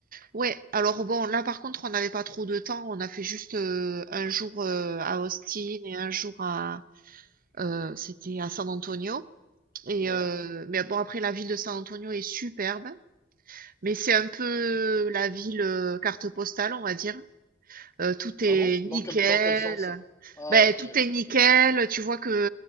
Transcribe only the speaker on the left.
Ouais.
Ah
bon? Dans
quel, dans quel sens? Ah
ok,
ok.